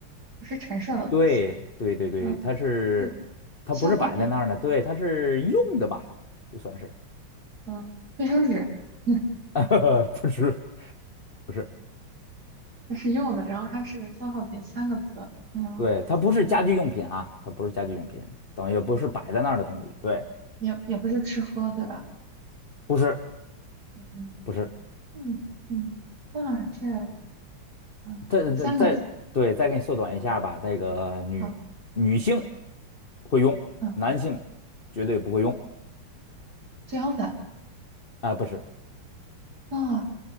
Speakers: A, on the right; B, on the left.
A: 不是陈设的东西，
B: 对，对，对，对，
A: 嗯，
B: 它是，
A: 是
B: 它不是摆在那儿呢，
A: 消耗品，
B: 对，它是用的吧，就算是，
A: 嗯，卫生纸，嗯，
B: <laughs> 不是，不是。
A: 这是用的，然后它是个消耗品，三个字，嗯
B: 对，它不是家居用品啊，
A: 嗯，
B: 它不是家居用品，等于也不是摆在那儿的东西。对，
A: 也也不是吃喝，对吧？
B: 不是，
A: 嗯
B: 不是。
A: 嗯嗯，那这嗯三个字，
B: 再再再，对，再给你缩短一下吧。那个女女性
A: 好，
B: 会用，
A: 嗯，
B: 男性绝对不会用
A: 遮阳伞。
B: 啊，不是。
A: 啊，